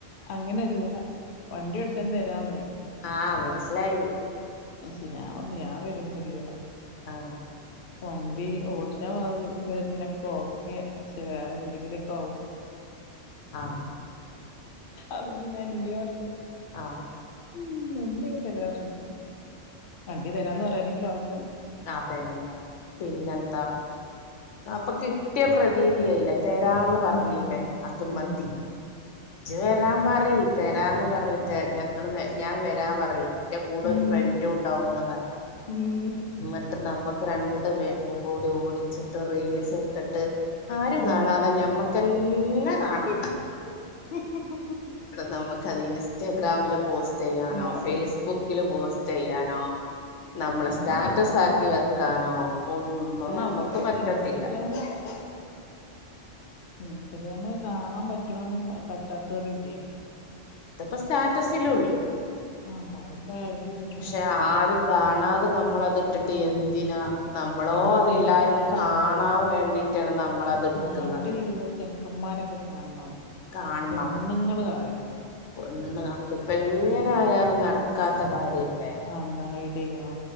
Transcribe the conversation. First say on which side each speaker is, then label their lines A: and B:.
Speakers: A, on the left; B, on the left.
A: അങ്ങനെയല്ല. വണ്ടി ഓടിച്ചാൻ തരാന്ന്
B: ആഹ് മനസ്സിലായി.
A: പക്ഷെ ഞാൻ പറഞ്ഞ് ഞാൻ വര്വൊന്നു ഇല്ല.
B: ആഹ്
A: വണ്ടി ഓടിച്ചാ വരുന്നൊക്കെ ഓക്കെ, പക്ഷെ വേറെ എന്തെങ്കിലുവൊക്കെ ആവും.
B: ആഹ്
A: അതൊണ്ട് ഞാൻ ഇല്ല പറഞ്ഞ്
B: ആഹ്
A: ഉം വണ്ടിയൊക്കെ തരാ പറഞ്ഞ്. വണ്ടി തരാന്ന് പറയാനെങ്കിലും ആള്ണ്ടല്ലോ.
B: അതന്നെ പിന്നെന്താ. അപ്പൊ കിട്ടിയ പ്രതീതിയായില്ലേ. തെരാന്ന് പറഞ്ഞീലേ?
A: ഉം
B: അത് മതി
A: ഉം
B: ഇജ്ജ് വരാൻ പറീ. തരാന്ന് പറഞ്ഞിറ്റേ. ഞങ്ങള്, ഞാൻ വരാ പറീ. എന്റെ കൂടെ
A: ഉം
B: ഒരു ഫ്രന്റു ഇണ്ടാവൂന്ന് പറഞ്ഞാ
A: ഉം
B: എന്നിട്ട് നമ്മക്ക് രണ്ടു പേർക്കും കൂടി ഓടി ച്ചിട്ട് റേസ് എട്ത്തിട്ട് ആരും
A: ഉം
B: കാണാതെ ഞമ്മക്കെന്നെ കാണാ.
A: <inaudible>
B: നമ്ക്കത് ഇൻസ്റ്റാഗ്രാമില് പോസ്റ്റ് ചെയ്യാനോ
A: ഞാടും
B: ഫേസ്ബുക്കില് പോസ്റ്റ് ചെയ്യാനോ നമ്മളെ
A: ഞാടും
B: സ്റ്റാറ്റസ് ആക്കി വെക്കാനോ ഒന്നും
A: സ്റ്റാറ്റസ്
B: നമുക്ക്
A: ഒക്കെ
B: പറ്റത്തില്ല
A: <unintelligible> ഇൻസ്റ്റഗ്രാമ് കാണാൻ പറ്റണോലും പറ്റാത്തോരു ഇല്ലേ?
B: അതിപ്പൊ സ്റ്റാറ്റസിലു ഇല്ലേ?
A: ആഹ് ഓരൊക്കെ ആഡ് ചെയ്തിട്ടുണ്ടാ
B: പക്ഷെ ആരും കാണാതെ നമ്മളതിട്ടിട്ട് എന്തിനാ? നമ്മളോ
A: നാട്ടുകാരൊക്കെ
B: അതെല്ലാരും കാണ ണാൻ വേണ്ടിയിട്ടാണ് നമ്മളത് എടുക്കുന്നത്
A: നാട്ടില്ള്ള ചെക്കന്മാരൊക്കെ കാണണം
B: കാണണം.
A: പെണ്ണുങ്ങള് കാണരുത്
B: ഒന്ന് അതിപ്പോ എങ്ങനെ ആയാലും നടക്കാത്ത കാര്യല്ലേ?
A: അതെന്താ ഹൈഡ് ചെയ്യണോ?